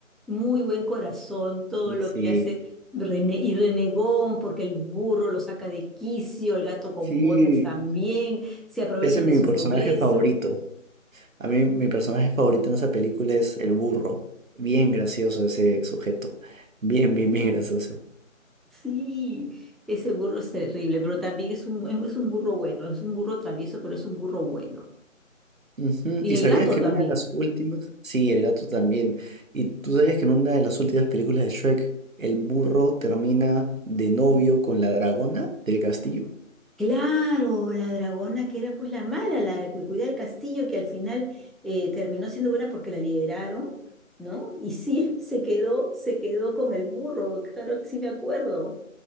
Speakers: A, in the centre; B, on the right.
A: muy buen corazón, todo lo
B: Sí,
A: que hace rene- y renegón, porque el burro lo saca de quicio, el gato con
B: sí,
A: botas también, se aprovechan
B: ese es
A: de
B: mi
A: su
B: personaje
A: nobleza.
B: favorito. A mí mi personaje favorito en esa película es el burro. Bien gracioso ese sujeto. Bien, bien, bien gracioso.
A: Sí, ese burro es terrible, pero también es un, es es un burro bueno, es un burro travieso, pero es un burro bueno.
B: Ujú,
A: Y
B: ¿Y
A: el
B: sabías
A: gato
B: que
A: también.
B: en una de las últimas? Sí, el gato también. ¿Y tú sabías que en una de las últimas películas de Shrek, el burro termina de novio con la dragona del castillo?
A: Claro, la dragona que era pues la mala, la que cuidaba el castillo, que al final eh, terminó siendo buena porque la liberaron, ¿no? Y sí, <laughs> se quedó, se quedó con el burro, claro que sí me acuerdo.